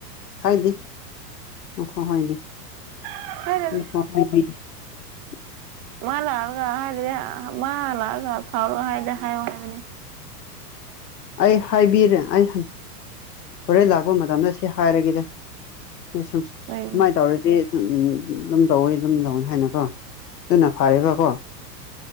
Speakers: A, on the left; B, on the right.
A: ꯍꯥꯏꯗꯤ ꯃꯈꯣꯏ ꯍꯥꯏꯗꯤ
B: ꯍꯥꯏꯔꯣꯏꯗ
A: ꯃꯈꯣꯏ ꯍꯥꯏꯗꯤ <unintelligible>
B: ꯃꯥ ꯂꯥꯛꯔꯒ ꯍꯥꯏꯔꯗꯤ ꯃꯥ ꯂꯥꯛꯑꯒ ꯁꯥꯎꯔꯒ ꯍꯥꯏꯔꯗꯤ ꯍꯥꯏꯌꯣ ꯍꯥꯏꯕꯅꯦ
A: ꯑꯩ ꯍꯥꯏꯕꯤꯔꯥ ꯑꯩ ꯍꯣꯔꯦꯟ ꯂꯥꯛꯄ ꯃꯇꯝꯗ ꯁꯤ ꯍꯥꯏꯔꯒꯦꯗ ꯁꯨ
B: ꯀꯩ
A: ꯁꯨꯃꯥꯏꯅ ꯇꯧꯔꯗꯤ ꯎꯝ ꯑꯗꯨꯝ ꯇꯧꯋꯤ ꯑꯗꯨꯝ ꯇꯧꯅꯤ ꯍꯥꯏꯅꯀꯣ ꯑꯗꯨꯅ ꯐꯔꯦꯕꯀꯣ